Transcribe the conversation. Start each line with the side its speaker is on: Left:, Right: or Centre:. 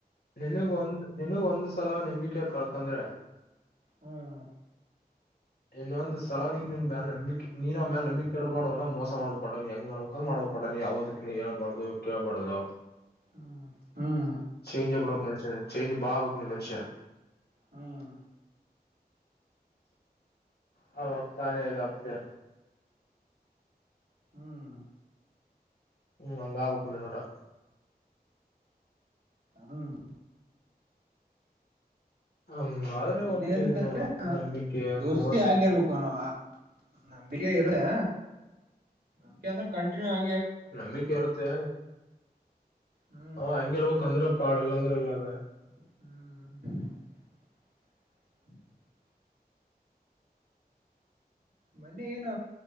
Left: ನಿನಗ್ ಒಂದ್ ನಿನಗ್ ಒಂದ್ ಸಲ ನಂಬಿಕೆ ಕಳ್ಕಂದ್ರೆ
Right: ಹ್ಮ್
Left: ಇನ್ನೊಂದಂದು ಸಲವಿಗೆನ್ ಮ ನಂಬಿಕೆ ನೀನ್ ಅವ್ ಮೇಲೆ ನಂಬಿಕೆಡಬಾಡ್ ಕೊಟ ಮೋಸ ಮಾಡ್ಬೇಕ ಕೊಟ್ಟಟ ಹೆಂಗ ಮಾಡ್ಬೇಕು ಮಾಡಬೇಕು ಕೊಡ ನೀ ಯಾವವುದಕ್ಕ ನೀ ಹೇಳ್ಬಾರ್ದು ಕೇಳ್ಬಾರ್ದು
Right: ಹ್ಮ ಹ್ಮ್
Left: ಚೇಂಜ್ ಎಪ್ಪಡ ಮನುಷ್ಯ ಚೇಂಜ್ ಬಾಬೋಗಿ ಮನುಷ್ಯ
Right: ಹ್ಮ್
Left: ಹ ತಾನೇ ಇದು ಆಪ್ತಾ
Right: ಹ್ಮ್
Left: ಹ್ಮ್ ಹಂಗ ಆವುಕ್ಕೊಂಡೆ ನೋಟಾ
Right: ಹ್ಮ್
Left: ಹಂಗ್ ಆದ್ರೆ
Right: ಇನ್ನ
Left: ಒಂದ್
Right: ಅ್ರೆ
Left: ಇದು ನೋಡು ನಂಬಿಕೆ
Right: ದೋಸ್ತಿ
Left: ಮೋಸ
Right: ಆಗಿರ್ಬೇಕ <inaudible> ನಂಬಿಕೆ ಇರದೆ ನಂಬಿಕೆ ಅಂದ್ರೆ ಕಂಟಿನ್ಯೂ ಹ
Left: ನಂಬಿಕೆ ಇರುತ್ತೆ
Right: ಹ್ಮ್
Left: ಹ ಹಂಗಿರ್ಬಕ್ ಅಂದ್ರೆ ಪಾಳ ಎಲ್ಲಾಂದ್ರೆ ಇಲ್ಲ ಅದ
Right: ಹ್ಮ್ <unintelligible> ಮೊನ್ನೆ ಏನ